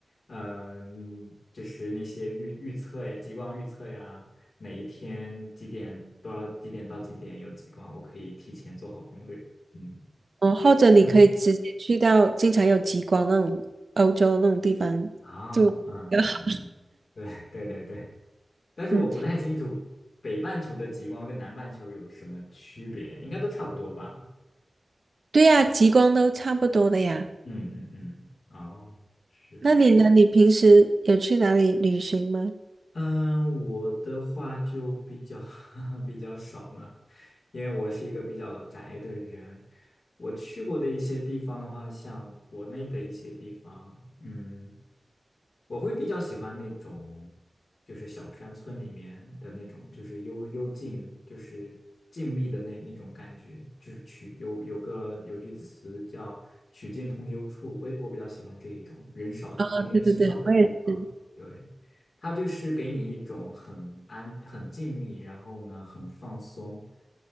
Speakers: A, on the left (about 75°); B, on the right (about 60°).
A: 嗯，就是那些预预测呀，极光预测呀，哪一天几点多少几点到几点有极光，我可以提前做好攻略。嗯，
B: 哦，或者你可以直接去到经常有极光那种欧洲那种地方就比较好。
A: <laughs> 啊，嗯嗯嗯嗯，对对对对，但是我不太清楚北半球的极光跟南半球有什么区别，
B: 嗯，
A: 应该都差不多吧？
B: 对呀，极光都差不多的呀。
A: 嗯嗯嗯，哦。是
B: 那你呢？你平时有去哪里旅行吗？
A: 嗯，我的话就比较 <laughs> 比较少了，因为我是一个比较宅的人。我去过的一些地方的话，像国内的一些地方，嗯。我会比较喜欢那种，就是小山村里面的那种，就是幽幽静，就是静谧的那那种感觉。就是曲有有个有句词叫“曲径通幽处”，我我比较喜欢这一种人少人烟稀少的地方。
B: 哦对对对，我也是
A: 对，它就是给你一种很安、很静谧，然后呢很放松，